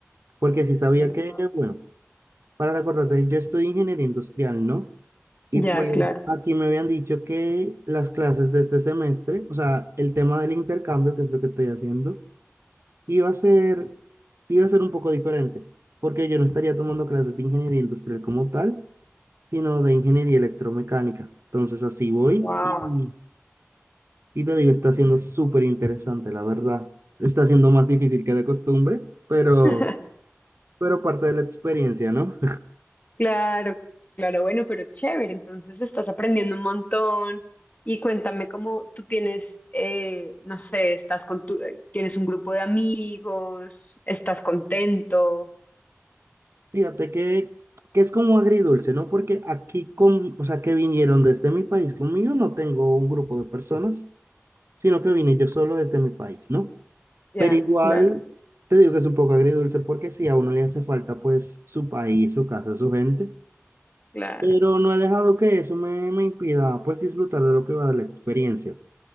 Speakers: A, on the right (about 60°); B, on the left (about 35°).
A: Porque sí sabía
B: Bien,
A: que,
B: no.
A: bueno, para recordarte, yo estudio ingeniería industrial, ¿no? Y
B: Ya,
A: pues
B: claro.
A: aquí me habían dicho que las clases de este semestre, o sea, el tema del intercambio, que es lo que estoy haciendo, iba a ser, iba a ser un poco diferente, porque yo no estaría tomando clases de ingeniería industrial como tal, sino de ingeniería electromecánica. Entonces así voy
B: Wow.
A: y, y te digo, está siendo súper interesante, la verdad. Está siendo más difícil que de costumbre, pero,
B: <laughs>
A: pero parte de la experiencia, ¿no?
B: Claro, claro, bueno, pero chévere, entonces estás aprendiendo un montón y cuéntame cómo tú tienes, eh, no sé, estás con tu, eh, tienes un grupo de amigos, estás contento.
A: <laughs> Fíjate que, que es como agridulce, ¿no? Porque aquí, con, o sea, que vinieron desde mi país conmigo, no tengo un grupo de personas, sino que vine yo solo desde mi país, ¿no?
B: Ya,
A: Pero igual,
B: claro,
A: te digo que es un poco agridulce porque si a uno le hace falta, pues, su país, su casa, su gente,
B: claro.
A: Pero no he dejado que eso me, me impida pues disfrutar de lo que va de la experiencia.